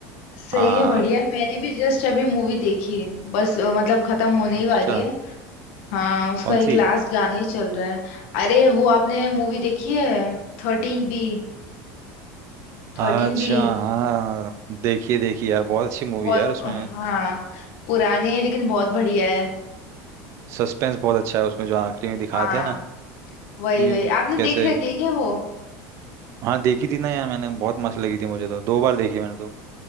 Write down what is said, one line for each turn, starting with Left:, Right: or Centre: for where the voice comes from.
Left: सही
Right: हाँ
Left: है बढ़िया मैंने भी जस्ट अभी मूवी देखी है बस अ, मतलब खत्म होने
Right: अच्छा
Left: ही वाली है हाँ उसका
Right: कौन
Left: एक
Right: सी
Left: लास्ट गाना ही चल रहा है अरे वो आपने मूवी देखी है थर्टीन बी
Right: अच्छा
Left: Thirteen B
Right: हाँ देखिए देखिए यार बहुत अच्छी मूवी
Left: बहुत
Right: है यार उसमें
Left: हाँ पुरानी है लेकिन बहुत बढ़िया है
Right: सस्पेंस बहुत अच्छा है उसमें जो आखिरी में दिखाते
Left: हाँ
Right: हैं ना
Left: वही
Right: कि
Left: वही आपने
Right: कैसे
Left: देख रखी है क्या वो
Right: हाँ देखी थी ना यार मैंने बहुत मस्त लगी थी मुझे तो दो बार देखी मैंने तो